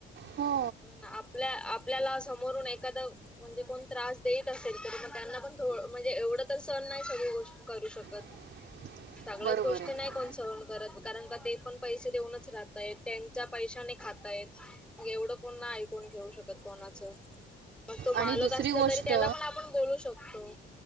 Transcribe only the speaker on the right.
हो
<unintelligible>
बरोबर
आहे
आणि दुसरी
गोष्ट